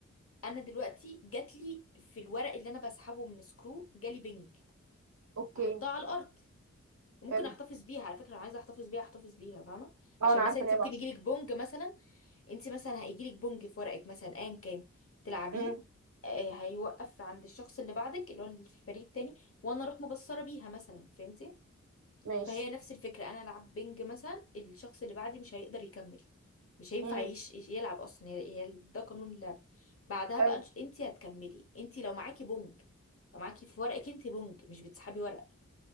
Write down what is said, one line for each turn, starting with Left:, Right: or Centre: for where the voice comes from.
Left: انا دلوقتي جات لي في الورق اللي انا بسحبه من سكرو جالي بنج
Right: اوكي
Left: هحطها على الارض وممكن
Right: حلو
Left: احتفظ بيها على فكره لو عايزه احتفظ بيها احتفظ بيها فاهمه
Right: اه
Left: عشان
Right: انا عارفة
Left: مثلا انت
Right: ان هي
Left: ممكن
Right: بعشرة
Left: يجيلك بونج مثلا انت مثلا هيجيلك بونج في ورقك مثلا ايا كان تلعبيه
Right: امم
Left: آه، هيوقف عند الشخص اللي بعدك اللي هو اللي في الفريق التاني وانا اروح مبصره بيها مثلا فهمتي
Right: ماشي
Left: فهي نفس الفكره انا العب بينج مثلا الشخص اللي بعدي مش هيقدر يكمل مش هينفع
Right: امم
Left: يش... يش- يلعب اصلا هي هي ده قانون اللعب بعدها
Right: حلو
Left: بقى انت هتكملي انت لو معاكي بونج لو معاكي في ورقك انت بونج مش بتسحبي ورق